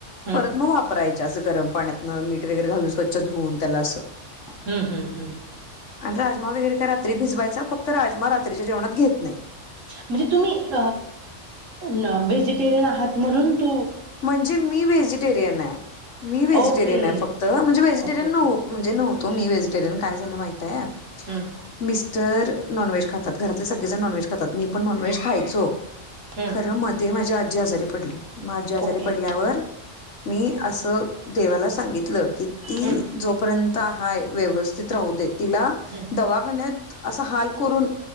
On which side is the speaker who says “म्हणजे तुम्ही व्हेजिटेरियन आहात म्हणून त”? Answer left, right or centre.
Right